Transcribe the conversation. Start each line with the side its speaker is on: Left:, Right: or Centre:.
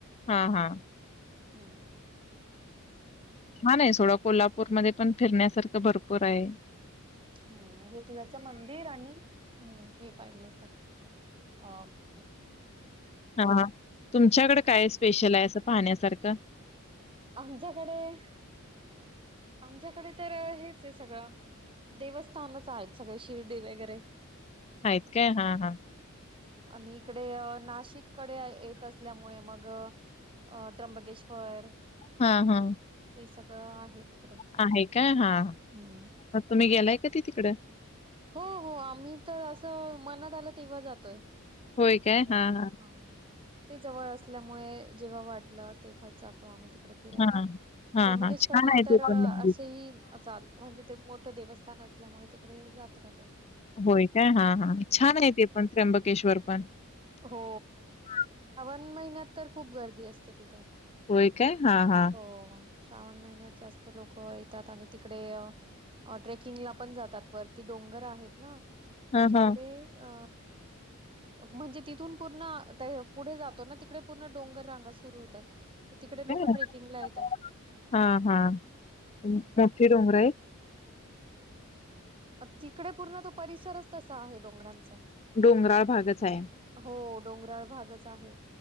Left: हा हा
Right: हम्म
Left: छान आहे सोडा कोल्हापूरमध्ये पण फिरण्यासारखं भरपूर आहे.
Right: हम्म ज्योतिबाच मंदिर आणि हम्म- हे पाहिलं होत. ह
Left: हा तुमच्याकडे काय स्पेशल आहे असा पाहण्यासारखं.
Right: आमच्याकडे- आमच्याकडे तर हेच आहे सगळं देवस्थानच आहेत सगळे शिर्डी वगैरे.
Left: आहेत काय हा -हा.
Right: आणि इकडे नाशिककडे येत असल्यामुळे मग अ त्र्यंबकेश्वर.
Left: हा -हा
Right: ते सगळं आहे तिकडे.
Left: आहे काय? हा.
Right: हम्म
Left: म तुम्ही गेलाय कधी तिकड?
Right: हो हो आम्ही <unintelligible> मनात आलं तेव्हा जातोय.
Left: होय काय?
Right: <unintelligible>
Left: हां, हां.
Right: हा. हा. ते जवळ असल्यामुळे जेव्हा वाटलं तेव्हाच जातो आम्ही तिकडे फिरायला.
Left: हां. हां,
Right: त्र्यंबकेश्वरला
Left: हां. छान आहे
Right: तर
Left: ते
Right: असेही
Left: पण मंदिर.
Right: जातो. म्हणजे ते एक मोठं देवस्थान असल्यामुळे तिकडे जात राहतो.
Left: होय काय हा- हा
Right: हम्म.
Left: छान आहे ते पण त्र्यंबकेश्वर पण
Right: हो
Left: <inaudible>
Right: श्रावण महिन्यात तर खूप गर्दी असते तिथे
Left: होय काय. हा- हा
Right: हो. श्रावण महिन्यात जास्त लोक येतात. आणि तिकडे- ट्रेकिंगला पण जातात वरती डोंगर आहेत ना
Left: हां,
Right: त्याच्या
Left: हां.
Right: पुुढे अ.. म्हणजे तिथून पूर्ण ताई पुढे जातो ना तिकडे पूर्ण डोंगर रांगा सुरू होतात. सुरू होतात मग तिकडे लोक
Left: <inaudible> हा
Right: ट्रेकिंगला येतात.
Left: हा. मोठी
Right: हम्म.
Left: डोंगर हाइत
Right: तिकडे पूर्ण तो परिसरच तसा आहे. डोंगरांचा.
Left: डोंगराळ भागच आहे.
Right: हो डोंगराळ भागच आहे